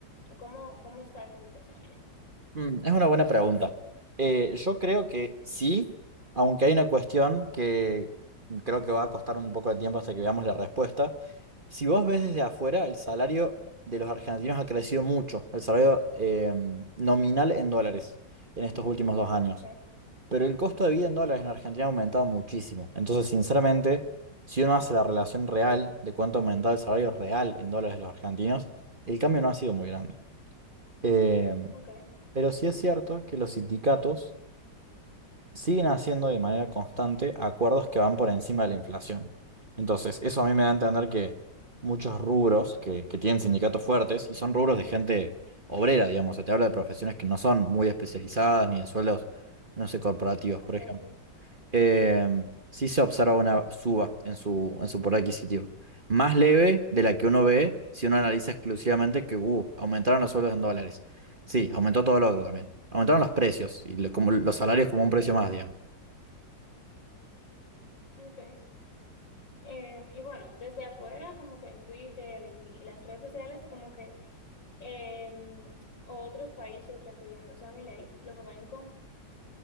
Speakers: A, on the left; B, on the right.
A: o cómo, cómo está esa situación allá?
B: Mm, Es una buena pregunta. Eh, yo creo que sí, aunque hay una cuestión que creo que va a costar un poco de tiempo hasta que veamos la respuesta. Si vos ves desde afuera, el salario de los argentinos ha crecido mucho, el salario eh, nominal en dólares en estos últimos dos años.
A: Okay,
B: Pero el costo de vida en dólares en Argentina ha aumentado muchísimo. Entonces, sinceramente, si uno hace la relación real de cuánto ha aumentado el salario real en dólares de los argentinos, el cambio no ha sido muy grande. Eh,
A: okay,
B: pero sí es cierto que los sindicatos siguen haciendo de manera constante acuerdos que van por encima de la inflación. Entonces, eso a mí me da a entender que muchos rubros que, que tienen sindicatos fuertes, y son rubros de gente obrera, digamos, se te habla de profesiones que no son muy especializadas ni de sueldos, no sé, corporativos,
A: okay,
B: por ejemplo
A: okay,
B: eh, sí se observa una suba en su, en su poder adquisitivo. Más leve de la que uno ve si uno analiza exclusivamente que uh, aumentaron los sueldos en dólares. Sí, aumentó todo lo otro también. Aumentaron los precios y lo- como, los salarios como un precio más, digamos.
A: ok. Eh, y bueno, desde afuera, como que en Twitter y, y las redes sociales, como que eh, otros países refiriéndose a mi ley, lo ven como